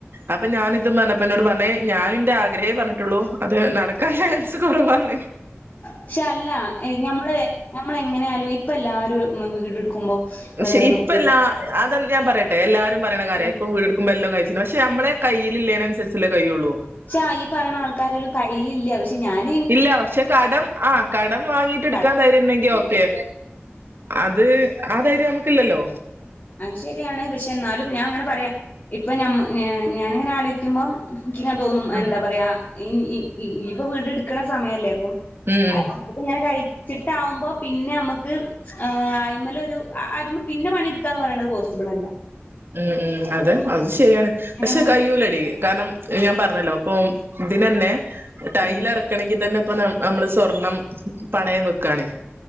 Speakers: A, on the right (about 55°); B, on the left (about 45°).
A: അപ്പൊ ഞാനിതും പറഞ്ഞപ്പ എന്നോട് പറഞ്ഞ ഞാനിന്റെ ആഗ്രഹേ പറഞ്ഞിട്ടുള്ളൂ അത് നടക്കാൻ ചാൻസ് കുറവാണ്
B: പക്ഷെ അല്ല ഞമ്മള് നമ്മള എങ്ങനെആലും ഇപ്പ എല്ലാരും വീടെടുക്കുമ്പോ ഏഹ്
A: ഷേപ്പല്ലാ
B: നോക്ക്
A: അത ഞാൻ പറയട്ടെ എല്ലാരും പറയണ കാര്യ
B: ഉം
A: ഇപ്പൊ വീടെടു യെല്ലാകഴിച്ചി പക്ഷെമ്മളെ കയ്യിലില്ലേ അനുസരിച്ചല്ലേ കയ്യുള്ളൂ
B: ക്ഷാ ഈ പറയണ ആൾക്കാരീലും കയ്യിലില്ല പക്ഷെ ഞാൻ
A: ഇല്ല പക്ഷെ കടം ആ കടം വാങ്ങിട്ട് എടുക്കാൻ
B: കടം
A: ദൈര്യംണ്ടെങ്കി ഓക്കെ അത് ആധൈര്യം നമക്കില്ലല്ലോ
B: ആ ശരിയാണ് പക്ഷെ എന്നാലും ഞാൻ അങ്ങനെ പറയാം ഇപ്പൊ ഞ ഞാനിങ്ങനെആലോയ്ക്കുമ്പോം എനിക്ക്ങ്ങനെ തോന്നും
A: ആ
B: എന്താ പറയാ യ് യ് ഇപ്പൊ വീട് എടുക്കണ സമയല്ലേ അപ്പം
A: ഉം
B: ഇങ്ങനെ കഴിച്ചിട്ടാവുമ്പോ പിന്നെ നമുക്ക് ആ അയിമലൊരു അത് മേ പിന്നെ പണിടുക്കാന്ന് പറീണത് പോസിബിൾ അല്ല
A: ആഹ് ആഹ് അതെ അത് ശരിയാണ്
B: അങ്ങനെയാവുമ്പോ
A: പക്ഷെ കയ്യൂലടി കാരണം ഞാൻ പറഞ്ഞല്ലോ അപ്പൊ ഇതിനന്നെ ടൈലറ
B: ഉം
A: ക്കണങ്കി തന്നെ ഇപ്പൊ നമ്മള് സ്വർണം പണയം വെക്കാണ്